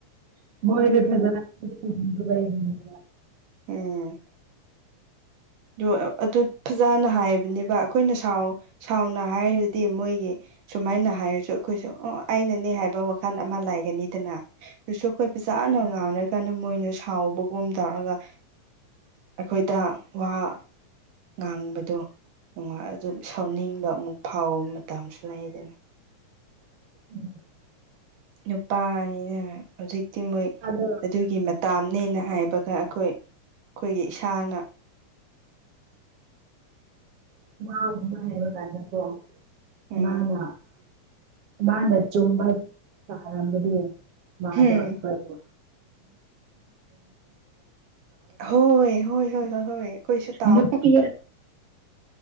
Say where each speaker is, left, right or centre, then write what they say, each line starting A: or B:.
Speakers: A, on the right; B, on the right.
A: <inaudible>
B: ꯎꯝ ꯑꯗꯨ ꯑꯗꯨ ꯐꯖꯅ ꯍꯥꯏꯕꯅꯦꯕ ꯑꯈꯣꯏꯅ ꯁꯥꯎ ꯁꯥꯎꯅ ꯍꯥꯏꯔꯗꯤ ꯃꯣꯏꯒꯤ ꯁꯨꯃꯥꯏꯅ ꯍꯥꯏꯔꯁꯨ ꯑꯈꯣꯏꯁꯨ ꯑꯣ ꯑꯩꯅꯅꯦ ꯍꯥꯏꯕ ꯋꯥꯈꯜ ꯑꯃ ꯂꯩꯒꯅꯤꯗꯅ ꯗꯨꯁꯨ ꯑꯈꯣꯏ ꯐꯖꯥꯅ ꯉꯥꯡꯔ ꯀꯥꯟꯗ ꯃꯣꯏꯅ ꯁꯥꯎꯕꯒꯨꯝ ꯇꯧꯔꯒ ꯑꯩꯈꯣꯏꯗ ꯋꯥ ꯉꯥꯡꯕꯗꯣ ꯅꯨꯡꯉꯥꯏ ꯑꯗꯨꯝ‌ ꯁꯥꯎꯅꯤꯡꯕ ꯑꯃꯨꯛ ꯐꯥꯎꯕ ꯃꯇꯝꯁꯨ ꯂꯩꯗꯅ
A: <inaudible>
B: ꯅꯨꯄꯥꯅꯤꯅ ꯍꯧꯖꯤꯛꯇꯤ ꯃꯣꯏ
A: ꯑꯗꯨ
B: ꯑꯗꯨꯒꯤ ꯃꯇꯥꯝꯅꯦꯅ ꯍꯥꯏꯕꯒ ꯑꯈꯣꯏ ꯑꯈꯣꯏꯒꯤ ꯏꯁꯥꯅ
A: <inaudible>
B: ꯎꯝ
A: ꯃꯥꯅ ꯆꯨꯝꯕ ꯇꯥꯔꯝꯕꯗꯤ ꯃꯥꯗꯣ
B: ꯍꯝ
A: ꯑꯈꯣꯏꯕꯨ
B: ꯍꯣꯏ ꯍꯣꯏ ꯍꯣꯏ ꯍꯣꯏ ꯍꯣꯏ ꯍꯣꯏ ꯑꯩꯈꯣꯏꯁꯨ ꯇꯥꯎ
A: ꯅꯨꯄꯤ